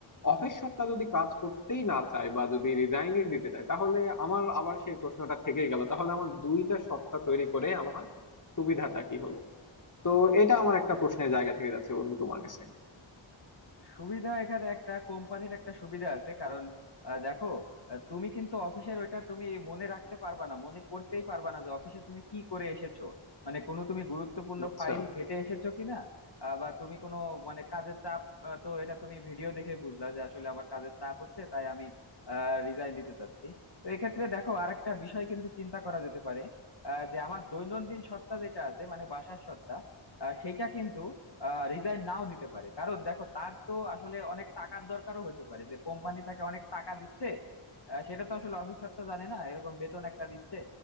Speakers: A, on the left; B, on the left.
A: অফিস সত্তা যদি কাজ করতেই না চায় বা যদি রিজাইনই দিতে চায় তাহলে আমার আবার সেই প্রশ্নটা থেকেই গেল তাহলে আমার দুইটা সত্তা তৈরি করে আমার সুবিধাটা কি হলো তো এটা আমার একটা প্রশ্নের জায়গা থেকে যাচ্ছে বন্ধু তোমার কাছে
B: সুবিধা এখানে একটা কোম্পানির একটা সুবিধা আছে কারণ আহ, দেখো আহ, তুমি কিন্তু অফিসের ওইটা তুমি মনে রাখতে পারবা না মনে করতেই পারবা না যে অফিসে তুমি কি করে এসেছো মানে কোনো তুমি গুরুত্বপূর্ণ
A: আচ্ছা
B: ফাইল ঘেটে এসেছো কিনা আহ, বা তুমি কোনো মানে কাজের চাপ আহ, তো এটা তুমি ভিডিও দেখে বুঝলা যে আসলে আমার কাজের চাপ হচ্ছে তাই আমি রিজাইন দিতে চাচ্ছি তো এক্ষেত্রে দেখো আরেকটা বিষয় কিন্তু চিন্তা করা যেতে পারে আহ, যে আমার দৈনন্দিন সত্তা যেটা আছে মানে বাসার সত্তা আহ, সেটা কিন্তু রিজাইন নাও দিতে পারে কারণ দেখো তার তো আসলে অনেক টাকার দরকারও হইতে পারে যে কোম্পানি তাকে অনেক টাকা দিচ্ছে আহ, সেটা তো আসলে অফিস সত্ত্বা জানে না এরকম বেতন একটা দিচ্ছে